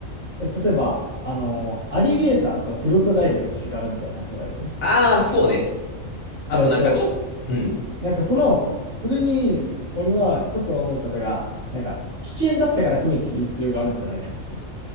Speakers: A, on the right; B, on the left.
A: え例えば、あの、アリゲーターとクロコダイルが違うみたいな話もあるよね。
B: ああ、そうね。あとなんかちょ、
A: えっと、
B: っうん。
A: うん。なんかその、それに、俺は一つ思うことが、なんか、危険だったから区別する必要があるんじゃないかっていう。